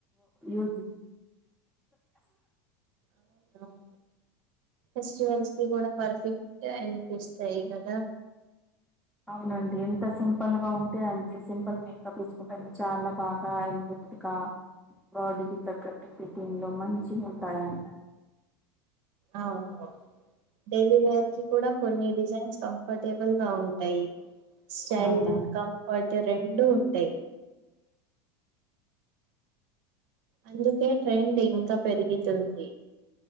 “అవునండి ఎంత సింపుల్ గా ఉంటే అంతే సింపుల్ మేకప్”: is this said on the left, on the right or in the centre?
Centre